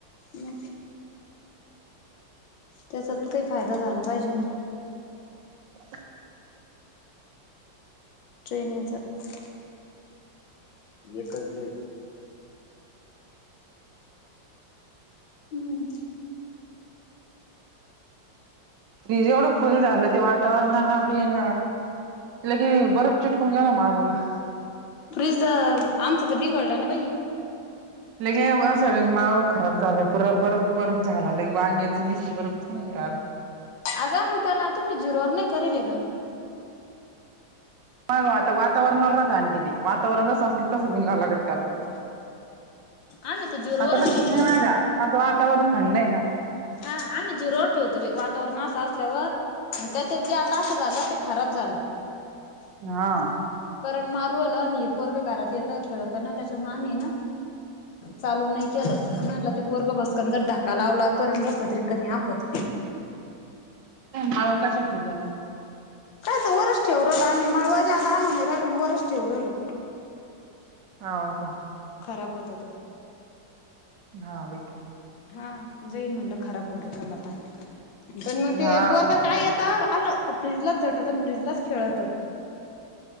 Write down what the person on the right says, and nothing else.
<inaudible>
एवढं फुल झालं. ते वातावरणान बिन लगे बरफ चिटकून गेला माळवला.
लगे असं लगे माग खराब झाल पुर बरफ बरफ झाला लगे वांग्याचं निसत बर्फच निघू राहिला.
मंग वाता वातावरणावर राहतं आंटी ते वातावरण जसं असलं तसं <unintelligible> लागतं त्याला.
आता लक्षच
नाही माझ्या आता वातावरण थंड आहे ना.
हा
माळव काय शकतो तेव्हा
हाव का
हा बाई
हा